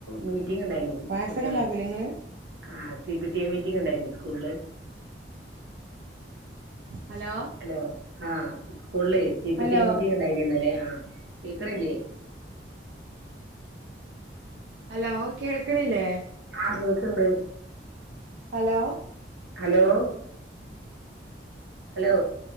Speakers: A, on the right; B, on the right.
A: മീറ്റിംഗണ്ടായിനി
B: പായസൊക്കെ
A: കുട്ടിയളെ..
B: ഇണ്ടാക്കൂലേ ഇങ്ങള്
A: ആഹ് സി പി ടി എ മീറ്റിംങ്ങ്ണ്ടായിരുന്നു സ്കൂളില്.
B: ഹലോ
A: ഹലോ ആഹ് സ്കൂള്ലെ C. P.
B: Hello
A: T. A മീറ്റിംഗ്ണ്ടായിനി ഇന്നല്ലേ ആഹ് കേക്ക്ണില്ലേ?
B: ഹലോ കേൾക്ക്ണില്ലേ?
A: ആഹ് കേക്ക്ണ്ട്
B: ഹലോ
A: ഹലോ ഹലോ